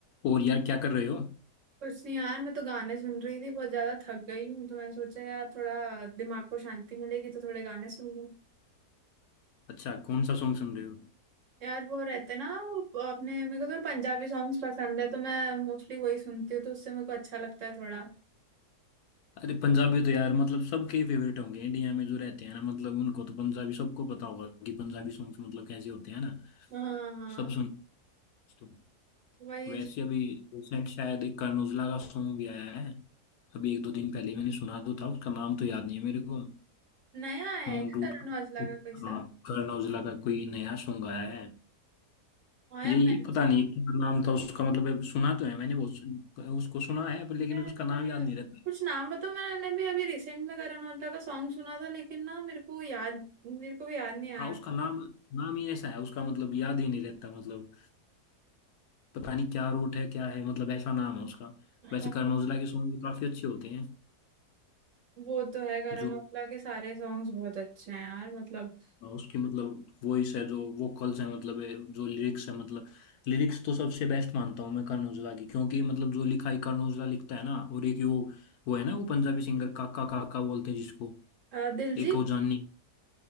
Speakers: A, on the left (about 75°); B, on the right (about 55°).
A: और यार क्या कर रहे हो
B: कुछ नहीं यार मैं तो गाने सुन रही थी बहुत ज्यादा थक गई हूँ तो मैं सोचा यार थोड़ा दिमाग को शांति मिलेगी तो थोड़े गाने सुन लूँ
A: अच्छा कौन सा सॉन्ग सुन रहे हो
B: यार वो रहते ना वो अपने मेरे को तो पंजाबी सॉन्ग्स पसंद है तो मैं मोस्टली वही सुनती हूँ तो उससे मेरे को अच्छा लगता है थोड़ा
A: अरे पंजाबी तो यार मतलब सबके फेवरेट होंगे इंडिया में जो रहते हैं ना मतलब उनको तो पंजाबी सबको पता होगा कि पंजाबी सॉन्ग्स मतलब कैसे होते हैं ना
B: हाँ हाँ हाँ, हाँ,
A: सब सुन तो
B: वही
A: वैसे अभी रिसेंट शायद एक करण औजला का सॉन्ग भी आया है अभी एक दो दिन पहले ही मैंने सुना तो था उसका नाम तो याद नहीं है मेरे को
B: नया है
A: On
B: क्या
A: route
B: करण औजला का कोई
A: हाँ
B: सा
A: करण औजला का कोई नया सॉन्ग आया है
B: हाँ यार
A: यही
B: मैंने
A: पता नहीं क्या नाम था उसका मतलब सुना तो है मैंने बहुत उसको सुना है पर लेकिन
B: मैंने-
A: उसका नाम याद नहीं रहता
B: कुछ नाम बताओ मैंने भी अभी रिसेंट में करण औजला का सॉन्ग सुना था लेकिन ना मेरे को याद मेरे को भी याद नहीं आ
A: हाँ उसका
B: रहा
A: नाम नाम ही ऐसा है उसका मतलब याद ही नहीं लेता मतलब पता नहीं क्या रूट है क्या है मतलब ऐसा नाम है उसका वैसे
B: हाँ
A: करण औजला के सॉन्ग भी काफी अच्छे होते हैं
B: वो तो है करण
A: जो
B: औजला के सारे सॉन्ग्स बहुत अच्छे हैं यार मतलब
A: हाँ, उसकी मतलब वॉइस है जो वोकल्स है मतलब है, जो लिरिक्स है मतलब लिरिक्स तो सबसे बेस्ट मानता हूँ मैं करण औजला की क्योंकि मतलब जो लिखाई करण औजला लिखता है ना और एक वो वो है ना वो पंजाबी सिंगर काका काका बोलते हैं जिसको
B: अ, दिलजीत
A: एक वो जानी